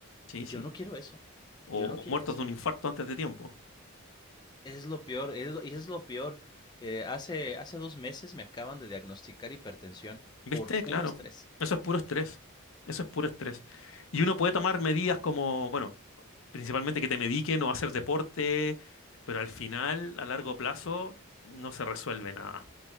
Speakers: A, on the left; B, on the left.
A: sí,
B: yo
A: sí.
B: no quiero eso,
A: O,
B: yo no
A: o
B: quiero
A: muertos
B: eso.
A: de un infarto antes de tiempo.
B: Es lo peor, es, lo- y es lo peor, que hace, hace dos meses me acaban de diagnosticar hipertensión
A: ¿Viste?
B: por puro
A: Claro.
B: estrés.
A: Eso es puro estrés. Eso es puro estrés. Y uno puede tomar medidas como, bueno, principalmente que te mediquen o hacer deporte, pero al final, a largo plazo, no se resuelve nada.